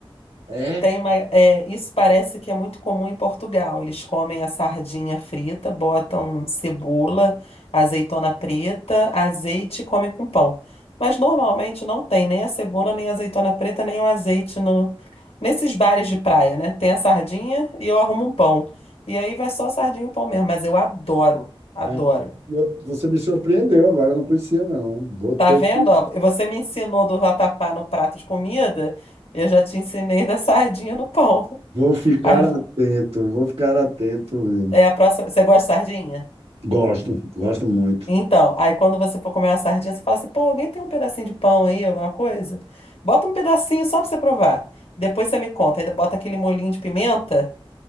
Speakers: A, on the right; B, on the left.
A: É,
B: Tem uma, é, isso parece que é muito comum em Portugal. Eles comem a sardinha frita, botam cebola, azeitona preta, azeite e comem com pão. Mas normalmente não tem nem a cebola, nem a azeitona preta, nem o azeite no, nesses bares de praia, né? Tem a sardinha e eu arrumo um pão. E aí vai só sardinha e o pão mesmo. Mas eu adoro, adoro.
A: é. Você me surpreendeu agora, eu não conhecia não. Vou ter
B: Tá vendo? Ó, você me ensinou do vatapá no prato de comida, eu já te ensinei da <laughs> sardinha no pão. <laughs>
A: Vou ficar atento, vou ficar atento. velho.
B: É a próxima. Você gosta de sardinha?
A: Gosto, gosto muito.
B: Então, aí quando você for comer uma sardinha, você fala assim: pô, alguém tem um pedacinho de pão aí, alguma coisa? Bota um pedacinho só pra você provar. Depois você me conta. Aí bota aquele molhinho de pimenta.